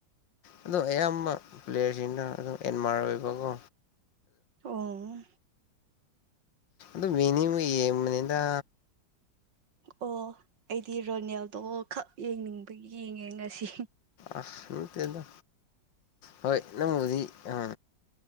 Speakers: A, on the left; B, on the right.
A: ꯑꯣ ꯑꯌꯥꯝꯕ ꯄ꯭ꯂꯦꯌꯔꯁꯤꯡꯅ ꯑꯗꯨꯝ ꯑꯦꯟꯃꯥꯔꯣꯏꯕꯀꯣ
B: ꯑꯣ
A: ꯑꯣ ꯌꯦꯡꯅꯤꯡꯕꯩ ꯌꯦꯡꯕꯅꯤꯗ
B: ꯑꯣ ꯑꯩꯗꯤ ꯔꯣꯅꯦꯜꯗꯣ ꯈꯞ ꯌꯦꯡꯅꯤꯡꯕꯒꯤ ꯌꯦꯡꯉꯦ ꯉꯁꯤ
A: ꯑꯁ ꯅꯠꯇꯦꯗ ꯍꯣꯏꯅ ꯃꯗꯤ ꯑ